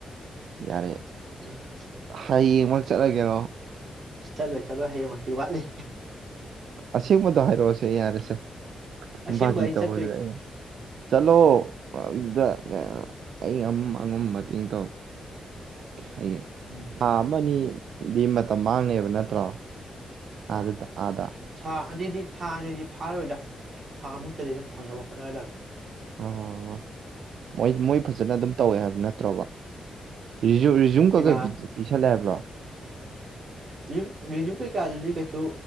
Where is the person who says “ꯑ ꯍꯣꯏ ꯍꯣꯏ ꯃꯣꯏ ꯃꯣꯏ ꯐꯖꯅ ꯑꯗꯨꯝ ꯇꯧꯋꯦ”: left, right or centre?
Right